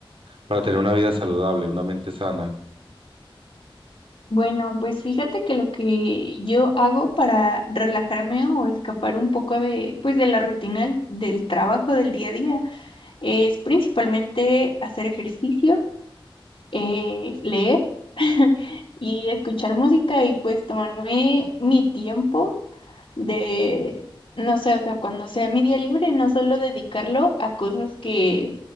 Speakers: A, on the right; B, on the left.
A: para tener una vida saludable, una mente sana?
B: Bueno, pues fíjate que lo que yo hago para relajarme o escapar un poco de, pues de la rutina del del trabajo del día a día es principalmente hacer ejercicio eh, leer <laughs> y escuchar música y pues tomarme mi tiempo de, no sé, o sea, cuando sea mi día libre, no solo dedicarlo a cosas que